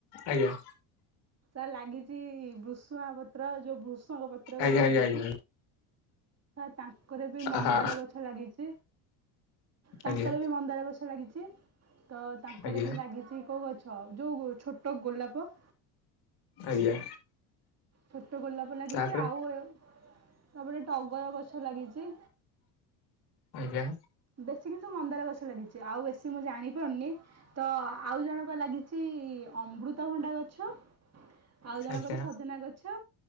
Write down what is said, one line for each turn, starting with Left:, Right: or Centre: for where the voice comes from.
Left: ଆଜ୍ଞା।
Right: ସାର ଲାଗିଛି ବୃଷୁଆ ପତ୍ର ଯୋଉ ଭୃସଙ୍ଗ ପତ୍ର
Left: ଆଜ୍ଞା
Right: ଗୋଟେ
Left: ଆଜ୍ଞା
Right: ଲାଗିଛି।
Left: ଆଜ୍ଞା।
Right: ତ ତାଙ୍କର ବି ମନ୍ଦାର
Left: ଆହା
Right: ଗଛ ଲାଗିଛି। ତାଙ୍କର
Left: ଆଜ୍ଞା
Right: ବି ମନ୍ଦାର ଗଛ ଲାଗିଛି। ତ ତାଙ୍କର
Left: ଆଜ୍ଞା
Right: ବି ଲାଗିଛି କଉ ଗଛ ଯଉ ଛୋଟ ଗୋଲାପ।
Left: ଆଜ୍ଞା।
Right: ଛୋଟ ଗୋଲାପ ଲାଗିଛି
Left: ତାପରେ
Right: ଆଉଏଅ ତାପରେ ଟଗର ଗଛ ଲାଗିଛି।
Left: ଆଜ୍ଞା।
Right: ବେଶୀ କିନ୍ତୁ ମନ୍ଦାର ଗଛ ଲାଗିଛି ଆଉ ବେଶୀ ମୁଁ ଜାଣିପାରୁନି ତ ଆଉ ଜଣକ ଲାଗିଛି ଅମୃତଭଣ୍ଡା ଗଛ। ଆଉ ଜଣଙ୍କର
Left: ଆଜ୍ଞା
Right: ଗୋଟେ ସଜନା ଗଛ